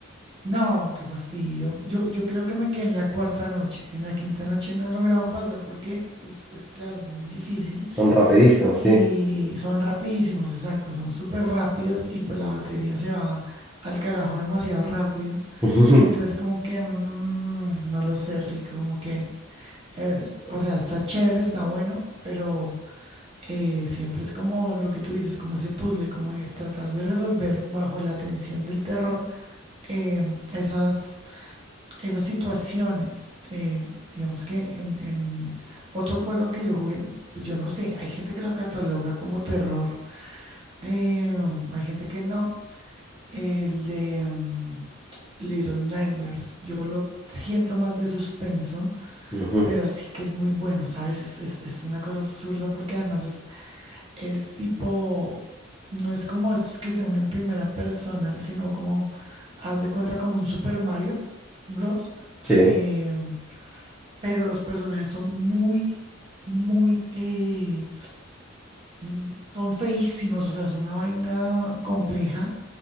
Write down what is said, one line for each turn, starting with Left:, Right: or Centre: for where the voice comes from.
Right: No, qué fastidio. Yo, yo creo que me quedé en la cuarta noche. En la quinta noche no he logrado pasar porque es, es claro, es muy difícil.
Centre: Son rapidísimos, sí.
Right: Y son rapidísimos, exacto, son súper rápidos y pues la batería se va al carajo demasiado rápido.
Centre: <laughs>
Right: Entonces como que, mm, no lo sé, rico, como que, eh, o sea, está chévere, está bueno, pero eh, siempre es como lo que tú dices, como ese puzzle, como de tratar de resolver bajo la tensión del terror eh, esas, esas situaciones. Eh, digamos que en, en otro juego que yo jugué, pues yo no sé, hay gente que lo cataloga como terror. Eh, hay gente que no. El de mm, Little Nightmares. Yo lo siento más de suspenso,
Centre: Ujú,
Right: pero sí que es muy bueno, ¿sabes? Es, es- es una cosa absurda porque además es, es tipo, no es como estos que se unen en primera persona, sino como, haz de cuenta como un Super Mario Bros.
Centre: Sí.
Right: Eh, pero los personajes son muy, muy... eh, mm, Son feísimos, o sea, es una vaina compleja